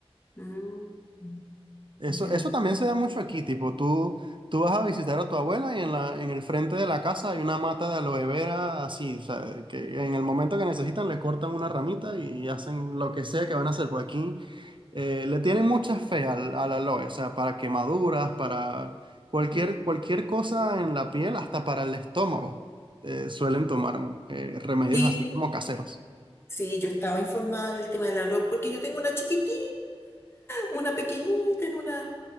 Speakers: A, on the left (about 25°); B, on the right (about 55°).
A: Mm,
B: Eso,
A: ya.
B: eso también se da mucho aquí, tipo, tú, tú vas a visitar a tu abuela y en la, en el frente de la casa hay una mata de aloe vera así, o sea, que en el momento que necesitan le cortan una ramita y hacen lo que sea que van a hacer. Por aquí eh, le tienen mucha fe al, al aloe, o sea, para quemaduras, para cualquier,
A: Mm.
B: cualquier cosa en la piel, hasta para el estómago, eh, suelen tomar eh, remedios
A: Y
B: así como caseros.
A: sí, yo estaba informada del tema de la LOA porque yo tengo una chiquitita una pequeñita en una